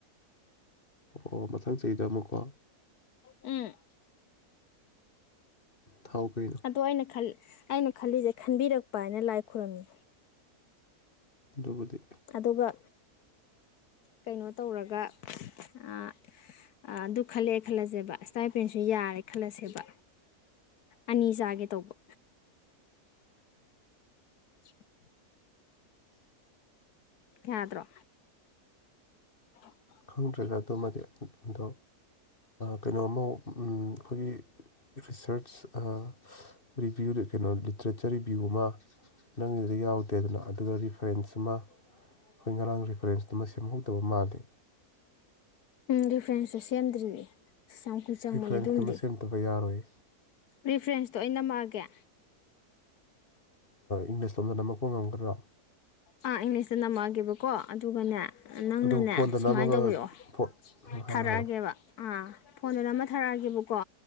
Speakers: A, on the left; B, on the left.
A: ꯑꯣ ꯃꯊꯪ ꯆꯍꯤꯗ ꯑꯃꯨꯛꯀꯣ
B: ꯎꯝ
A: ꯊꯥꯎ ꯀꯩꯅꯣ
B: ꯑꯗꯣ ꯑꯩꯅ ꯑꯩꯅ ꯈꯜꯂꯤꯁꯦ ꯈꯟꯕꯤꯔꯛꯄ ꯍꯥꯏꯅ ꯂꯥꯏ ꯈꯨꯔꯝꯃꯤ
A: ꯗꯣꯕꯨꯗꯤ
B: ꯑꯗꯨꯒ ꯀꯩꯅꯣ ꯇꯧꯔꯒ ꯑ ꯑꯗꯨ ꯈꯜꯂꯑꯦ ꯈꯜꯂꯁꯦꯕ ꯏꯁꯇꯥꯏꯄꯦꯟꯁꯨ ꯌꯥꯔꯦ ꯈꯜꯂꯁꯦꯕ ꯑꯅꯤꯁꯒꯦ ꯇꯧꯕ <unintelligible> ꯌꯥꯗ꯭ꯔꯣ ꯎ
A: ꯈꯪꯗ꯭ꯔꯦꯗ ꯑꯗꯨꯃꯗꯤ ꯑꯗꯣ ꯀꯩꯅꯣꯃ ꯑꯩꯈꯣꯏꯒꯤ ꯔꯤꯁꯔꯁ ꯔꯤꯕꯤꯌꯨ ꯀꯩꯅꯣ ꯂꯤꯇ꯭ꯔꯦꯆꯔ ꯔꯤꯕ꯭ꯌꯨ ꯑꯃ ꯅꯪꯒꯤꯗꯨꯗ ꯌꯥꯎꯗꯦꯗꯅ ꯑꯗꯨꯒ ꯔꯤꯐꯔꯦꯟꯁ ꯑꯃ ꯑꯩꯈꯣꯏ ꯉꯔꯥꯡ ꯄ꯭ꯔꯤꯐꯔꯦꯟꯁꯇꯨꯃ ꯁꯦꯝꯍꯧꯗꯕ ꯃꯥꯜꯂꯤ
B: ꯎꯝ ꯗꯤꯐ꯭ꯔꯦꯟꯁꯁꯨ ꯁꯦꯝꯗ꯭ꯔꯤꯅꯦ ꯑꯁ ꯌꯥꯝ ꯀꯨꯜ ꯆꯪꯕꯅꯦ
A: ꯑꯩ ꯐ꯭ꯔꯦꯟꯁꯇꯨꯃ
B: ꯑꯗꯨꯝꯗꯤ
A: ꯁꯦꯝꯗꯕ ꯌꯥꯔꯣꯏ
B: ꯔꯤꯐ꯭ꯔꯦꯟꯁꯇꯣ ꯑꯣꯏꯅ ꯅꯝꯃꯛꯑꯒꯦ
A: ꯏꯪꯂꯤꯁ ꯂꯣꯝꯗ ꯅꯝꯃꯛꯄ ꯉꯝꯒꯗ꯭ꯔꯣ
B: ꯑꯥ ꯏꯪꯂꯤꯁꯇ ꯅꯝꯃꯛꯑꯒꯦꯕꯀꯣ ꯑꯗꯨꯒꯅꯦ ꯅꯪꯅꯅꯦ
A: ꯑꯗꯨꯝ ꯐꯣꯟꯗ
B: ꯁꯨꯃꯥꯏꯅ
A: ꯅꯝꯃꯒ
B: ꯇꯧꯕꯤꯑꯣ
A: ꯐꯣꯟ ꯍꯥꯏꯔꯣ
B: ꯊꯥꯔꯛꯑꯒꯦꯕ
A: ꯍꯥꯏꯔꯣ
B: ꯑꯥ ꯐꯣꯟꯗꯨꯗ ꯑꯃꯊꯥꯔꯛꯑꯒꯦꯕꯀꯣ